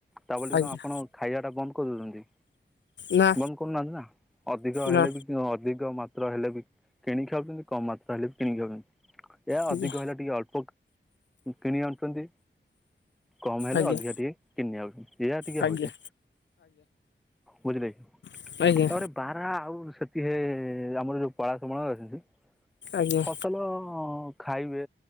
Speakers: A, in the centre; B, on the left.
A: ତା ବୋଲି
B: ଆଜ୍ଞା
A: କଣ ଆପଣ ଖାଇବାଟା ବନ୍ଦ କରିଦଉଛନ୍ତି,
B: ନା
A: ବନ୍ଦ କରୁନାହାନ୍ତି ନା। ଅଧିକ
B: ନା
A: ହେଲେ ବି ଅଧିକ ମାତ୍ର ହେଲେ ବି କିଣିକି ଖାଉଛନ୍ତି, କମ୍ ମାତ୍ର ହେଲେ ବି କିଣିକି ଖାଉଛନ୍ତି। ଏଇଆ
B: ଆଜ୍ଞା
A: ଅଧିକ ହେଲେ ଟିକେ ଅଳ୍ପ କିଣି ଆଣୁଛନ୍ତି, କମ୍ ହେଲେ
B: ଆଜ୍ଞା
A: ଅଧିକା ଟିକେ କିଣି ନେଇଆଉଛନ୍ତି। ଏଇଆ ଟିକେ
B: ଆଜ୍ଞା
A: ହଉଛି ବୁଝିଲେ କି,
B: ଆଜ୍ଞା
A: ତାପରେ ବାରହା ଆଉ ସେତିକି ରେ ଆମର ଯୋଉ ପଳାଶ ବଣ ଅଛନ୍ତି
B: ଆଜ୍ଞା।
A: ଫସଲ ଖାଇବେ,